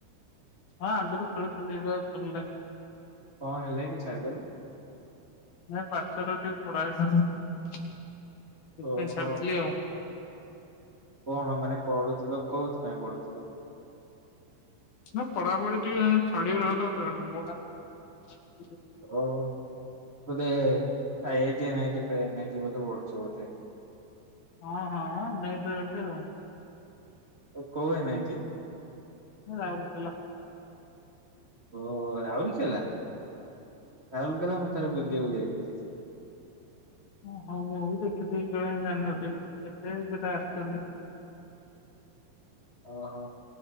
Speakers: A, on the left (about 60°); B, on the right (about 35°).
A: ହଁ ଆଗୁରୁ ଖେଳୁଥିଲି ଏବେ ଆଉ ଖେଳୁନି ପା।
B: କଣ ହେଲା କି ଛାଡିଦେଲ?
A: ନାଇ ପାଠ ଶାଠ ଟି ପଢ଼ା ହେଇନଥାନ୍ତା ସେଥିପାଇଁ
B: ଓହୋ
A: ଛାଡ଼ିଦେଲି ଆଉ।
B: କଣ ମାନେ ପଢୁଥିଲ କଉଥିପାଇଁ ପଢୁଥିଲ?
A: ନା ପଢାପଡ଼ି ଟିକେ ମାନେ ଥାର୍ଡ ଇୟର ହେଲା ତ ପଢ଼ା ପଢ଼ି ହବ। <inaudible>
B: ଓହୋ ବଧେ I I T N I T ଫେ ଏନ୍ ଆଇ ଟି ରେ ବୋଧେ ପଢୁଛ ବୋଧେ।
A: ହଁ ହଁ ଏନ୍ ଆଇ ଟି ରେ ତ ଆଉ।
B: କୋଉ ଏନ୍ ଆଇ ଟି?
A: ରାଉଲକେଲା।
B: ଓହୋ ରାଉଲକେଲା ରାଉଲକେଲା ମୁଁ ତ ଥରେ ବୁଲିବାକୁ ଯାଇଥିଲି।
A: ଓ ହୋ ମୁଁ ବି ଦେଖିଥିବି ବେଳେ ଜାଣିିନଥିବି କେତେ <unintelligible> ଆଶୁଛନ୍ତି।
B: ଓହୋ